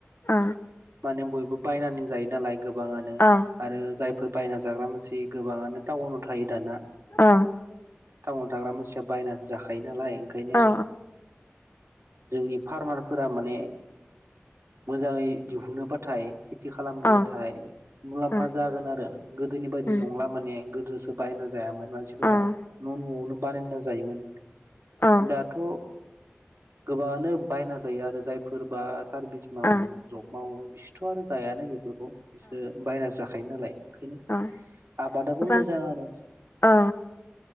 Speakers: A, on the left; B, on the right.
A: औ
B: माने बो बायनानै जायो नालाय गोबाङानो
A: औ
B: आरो जाय फोर बायना जाग्रा मानसि गोबाङानो टाउनाव थायो दाना
A: औ
B: वन थाग्रा मानसि बायनासो जाखायो नालाय ओंखायनो
A: औ
B: जोंनि फार्मारफोरा माने मोजाङै दिहुनो बा थाय खेथि खालामबोबाथाय
A: औ
B: मुलाम्फा
A: औ
B: जागोन आरो गोदोनि बायदि
A: औ
B: नंला माने गोदोसो बायना जायामोन मानसिफोरा
A: औ
B: न'न'वावनो बानायनो जायोमोन
A: औ
B: दाथ' गोबाङानो बायना जायो आरो जायफोरबा सारभिस मावो
A: औ
B: जब मावो बिसोरथ' आरो जायानो जेबो बिसोर बायनासो जाखायो नालाय ओंखायनो
A: औ
B: आबादाबो
A: गोबां
B: मोजाङानो।
A: औ